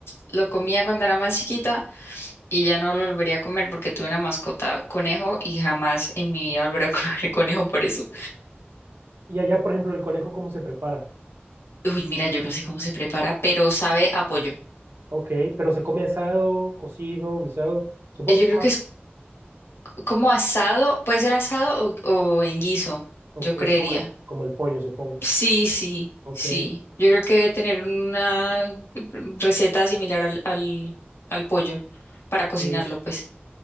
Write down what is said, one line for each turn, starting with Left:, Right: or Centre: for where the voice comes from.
Left: lo comía cuando era más chiquita y ya no lo volvería a comer porque tuve una mascota conejo y jamás en mi vida volveré a <laughs> comer conejo por eso.
Right: Y allá, por ejemplo, el conejo, ¿cómo se prepara?
Left: Uy, mira, yo no sé cómo se prepara, pero sabe apoyo.
Right: Ok, pero se come asado, cocido, guisado. Supongo
Left: Yo
Right: que es
Left: creo que
Right: más,
Left: es como asado, puede ser asado o, o en guiso,
Right: ok,
Left: yo creería.
Right: como el, como el pollo, supongo.
Left: Sí, sí,
Right: Ok.
Left: sí. Yo creo que debe tener una receta similar al, al, al pollo para cocinarlo,
Right: eh,
Left: pues.